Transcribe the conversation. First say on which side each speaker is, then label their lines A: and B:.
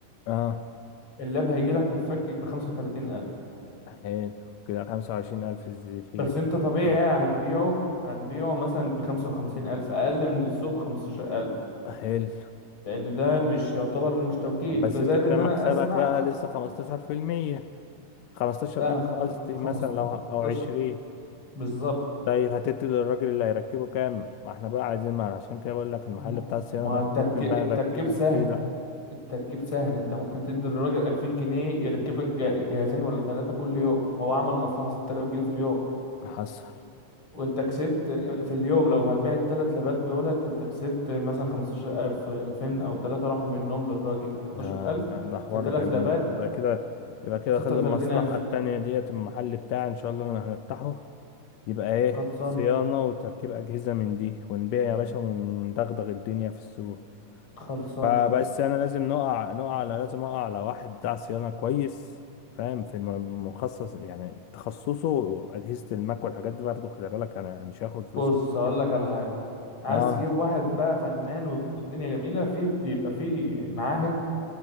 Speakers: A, on the left; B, on the left.
A: آه
B: اللاب هيجيلك متفكك بخمسة وتلاتين ألف
A: حلو كده خمسة وعشرين ألف زي- في
B: بس انت طبيعي
A: آه
B: هتبيعه هتبيعه مثلا بخمسة وخمسين ألف أقل من السوق بخمستاشر ألف
A: حلو
B: لأن ده مش يعتبر مش توكيد
A: بس
B: ده زائد
A: انت كده
B: إن
A: مكسبك
B: أنا أسمع
A: بقى لسه 15% 15000
B: لا أنا خ-
A: قصدي
B: 15
A: مثلا لو ه- او 20
B: بالظبط
A: طيب هتدي للراجل اللي هيركبه كام؟ ما احنا بقى عايزين ما عشان كده بقول لك المحل
B: ما
A: بتاع الصيانة
B: ما
A: ده احنا
B: التركيب
A: ممكن بقى
B: التركيب
A: نركبه
B: سهل
A: فيه بقى
B: التركيب سهل انت ممكن تدي للراجل 2000 جنيه يركب لك جه- جهازين ولا ثلاثة كل يوم هو عمل مصلحة 6000 جنيه في اليوم
A: محصل
B: وانت كسبت في اليوم لو هتبيع الثلاث لبات دولت انت كسبت مثلا 15000 2000 او ثلاثة راحوا منهم للراجل يعني 12000
A: ده ده ده حوار
B: في ثلاث
A: جميل
B: لبات
A: يبقى كده يبقى كده
B: 36000
A: خد المصلحة التانية ديت المحل بتاعي ان شاء الله اللي هنفتحه يبقى ايه
B: خلصان
A: صيانة وتركيب أجهزة من دي ونبيع يا باشا وندغدغ الدنيا في السوق
B: خلصان
A: فبس انا لازم نقع نقع على لازم اقع على واحد بتاع صيانه كويس فاهم في الم- مخصص يعني تخصصه اجهزه الماك والحاجات دي برضه خلي بالك انا مش هاخد فلوس
B: بص هقول
A: كده
B: لك على حاجة عايز
A: اه
B: تجيب واحد بقى فنان والدنيا جميلة في بيبقى في معاهد